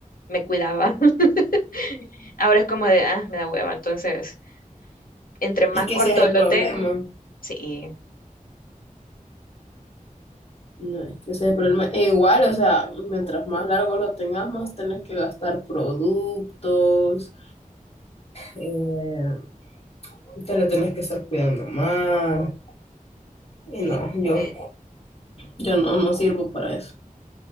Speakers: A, on the left (about 80°); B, on the left (about 45°).
A: me cuidaba. <laughs> Ahora es como de, ah, me da hueva, entonces, entre más
B: Es que
A: corto
B: ese es el
A: lo
B: problema.
A: tengo, sí,
B: No, es que ese es el problema. E igual, o sea, mientras más largo lo tengas, más tenés que gastar productos. eh, te la tenés que estar cuidando más. Y
A: lit-
B: no, yo.
A: eh,
B: Yo no, no sirvo para eso.